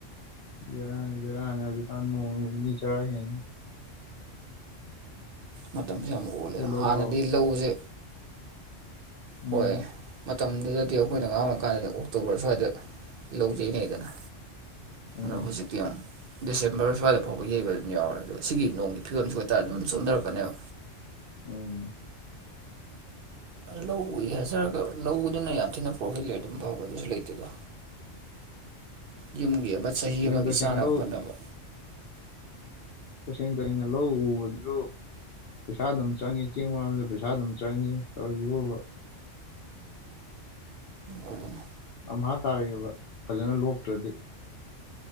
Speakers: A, on the left (about 55°); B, on the right (about 55°).
A: ꯕꯦꯔꯥꯅꯤ ꯕꯦꯔꯥꯅꯤ ꯍꯧꯖꯤꯛꯀꯥꯟ ꯅꯣꯡꯖꯦ ꯃꯤ ꯆꯔꯥ ꯍꯦꯟꯅꯤ
B: ꯃꯇꯝꯖꯦ ꯌꯥꯝ ꯑꯣꯜꯂꯦ
A: ꯍꯦꯜꯂꯣꯏꯗ꯭ꯔꯣ
B: ꯍꯥꯟꯅꯗꯤ ꯂꯧꯖꯦ
A: ꯎꯝ
B: ꯍꯣꯏ ꯃꯇꯝꯗꯨꯗꯗꯤ ꯑꯈꯣꯏꯅ ꯑꯉꯥꯡ ꯑꯣꯏꯔꯤꯀꯥꯟꯗꯗꯤ ꯑꯣꯛꯇꯣꯕ꯭ꯔ ꯁ꯭ꯋꯥꯏꯗ ꯂꯧꯖꯦ ꯌꯩꯅꯩꯗꯅ
A: ꯎꯝ
B: ꯂꯧ ꯍꯧꯖꯤꯛ ꯇꯤꯌꯣꯡ ꯗꯤꯁꯦꯝꯕ꯭ꯔ ꯁ꯭ꯋꯥꯏꯗꯐꯥꯎꯕ ꯌꯩꯕ ꯑꯗꯨꯝ ꯌꯥꯎꯔꯦ ꯑꯗꯣ ꯁꯤꯒꯤ ꯅꯣꯡꯒꯤ ꯐꯤꯕꯝꯁꯤ ꯑꯣꯏꯇꯥꯔꯗꯤ ꯑꯗꯨꯝ ꯆꯣꯟꯗꯔꯛꯀꯅꯦꯕ
A: ꯎꯝ
B: ꯂꯧ ꯎꯏ ꯍꯥꯏꯖꯔꯒ ꯂꯧꯗꯨꯅ ꯌꯥꯝ ꯊꯤꯅ ꯄ꯭ꯔꯣꯐꯤꯠ ꯂꯩ ꯑꯗꯨꯝ ꯐꯕ ꯑꯗꯨꯁꯨ ꯂꯩꯇꯦꯗꯣ ꯌꯨꯝꯒꯤ ꯑꯃ ꯆꯍꯤ
A: ꯇꯁꯦꯡ
B: ꯑꯃꯒꯤ
A: ꯇꯁꯦꯡꯅ
B: ꯆꯥꯅꯕ
A: ꯂꯧ
B: ꯈꯣꯠꯅꯕ
A: ꯇꯁꯦꯡ ꯇꯁꯦꯡꯅ ꯂꯧ ꯎꯕꯗꯨꯖꯨ ꯄꯩꯁꯥ ꯑꯗꯨꯝ ꯆꯪꯉꯤ ꯆꯦꯡ ꯋꯥꯟꯕꯖꯨ ꯄꯩꯁꯥ ꯑꯗꯨꯝ ꯆꯪꯏ ꯇꯧꯔꯤꯖꯤꯕꯣꯕ
B: ꯎꯝ
A: ꯑꯝꯍꯥ ꯇꯥꯔꯛꯑꯦꯕ ꯐꯖꯅ ꯂꯣꯛꯇ꯭ꯔꯗꯤ